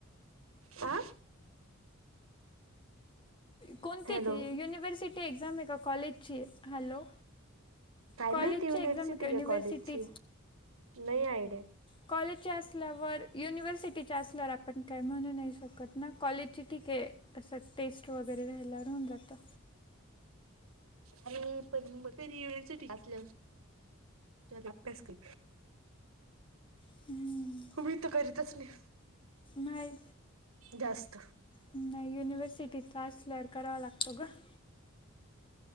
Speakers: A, on the right; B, on the left.
A: आ
B: कोणती
A: हॅलो
B: ती युनिव्हर्सिटी एक्झाम आहे, का कॉलेजची? हॅलो!
A: काय
B: कॉलेजची
A: माहिती, युनिव्हर्सिटी
B: एक्झाम आहे युनिव्हर्सिटी
A: का कॉलेजची नाही आयड्या?
B: कॉलेजची असल्यावर युनिव्हर्सिटीची असल्यावर आपण काही म्हणू नाही शकत ना, कॉलेजची ठीके. असं टेस्ट वगैरे राहाल्यावर होऊन जातं.
A: आणि पण मग युनिव्हर्सिटीची असल्यावर तर अभ्यास कर.
B: हम अ
A: मी तर, करीतच नाही.
B: नाही.
A: जास्त
B: नाही युनिव्हर्सिटीचा असल्यावर करावा लागतो गं.